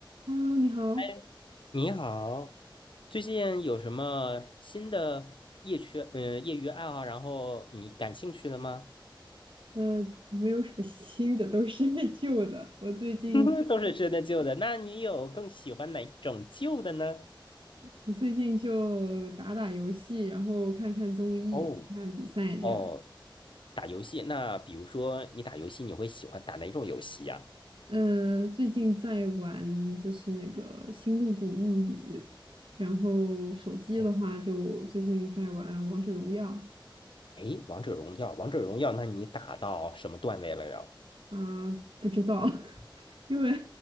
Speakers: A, on the right; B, on the left.
A: Hello，你好。
B: 哎，你好，最近有什么新的业余嗯业余爱好，然后你感兴趣的吗？
A: 呃，没有什么新的，都是 <laughs> 旧的。我最近，
B: <laughs> 都是新的旧的，那你有更喜欢哪种旧的呢？
A: 我最近就打打游戏，然后看看综艺，
B: 哦
A: 看看比赛这样。
B: 哦，打游戏，那比如说你打游戏，你会喜欢打哪种游戏呀？
A: 呃，最近在玩就是那个《星露谷物语》，然后手机的话就最近在玩《王者荣耀》
B: 哦，哎，王者荣耀，王者荣耀，那你打到什么段位了呀？
A: 啊、不知道，<laughs> 因为